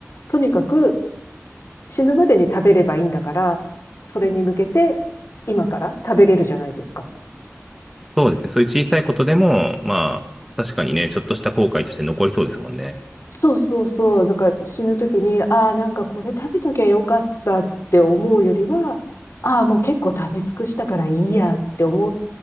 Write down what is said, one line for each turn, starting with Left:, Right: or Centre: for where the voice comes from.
Left: とにかく死ぬまでに食べればいいんだから、それに向けて今から食べれるじゃないですか。
Centre: そうですね。そういう小さいことでも、まあ、確かにね、ちょっとした後悔として残りそうですもんね。
Left: そうそうそう。なんか死ぬ時に、ああ、なんかこれ食べときゃよかったって思うよりは、ああ、もう結構食べ尽くしたからいいやって思っ